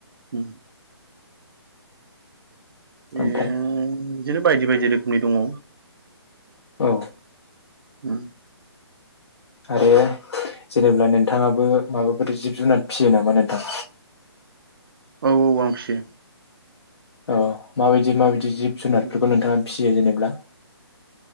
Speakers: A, on the right; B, on the left.
A: उम ए
B: ओमफ्राय
A: बिदिनो बायदि बायदि रोखोमनि दङ
B: औ
A: उम
B: आरो जेनेब्ला नोंथाङाबो माबाफोर जिब-जुनार फियो नामा नोंथां?
A: औ औ आं फिसियो
B: औ माबायदि माबायदि जिब जुनारफोरखौ
A: उम
B: नोंथाङा फियो जेनेबा